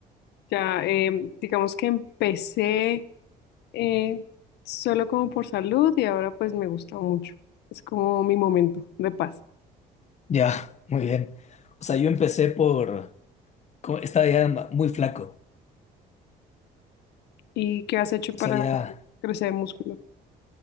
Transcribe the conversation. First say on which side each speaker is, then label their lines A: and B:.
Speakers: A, on the left; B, on the left.
A: Ya, eh, digamos que empecé. eh, solo como por salud y ahora pues me gusta mucho. Es como mi momento de paz.
B: Ya, muy bien. O sea, yo empecé por, co- estaba ya ma- muy flaco.
A: ¿Y qué has hecho para
B: O sea, ya,
A: crecer músculo?